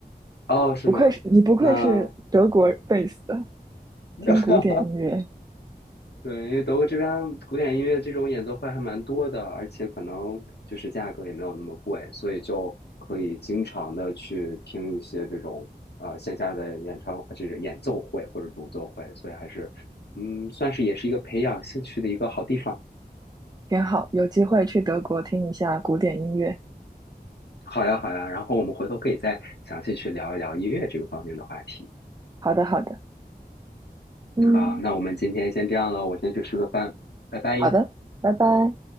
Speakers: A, on the left; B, on the right.
A: 哦，是吗？
B: 不愧是你，不愧是德国贝斯的，
A: 那 <laughs>
B: 听古典音乐
A: 对，因为德国这边古典音乐这种演奏会还蛮多的，而且可能就是价格也没有那么贵，所以就可以经常的去听一些这种呃线下的演唱，就是演奏会或者独奏会，所以还是嗯，算是也是一个培养兴趣的一个好地方。
B: 挺好。有机会去德国听一下古典音乐。
A: 好呀，好呀，然后我们回头可以再详细去聊一聊音乐这个方面的话题。
B: 好的，好的，嗯，
A: 好，那我们今天先这样了，我先去吃个饭，拜拜。
B: 好的，拜拜。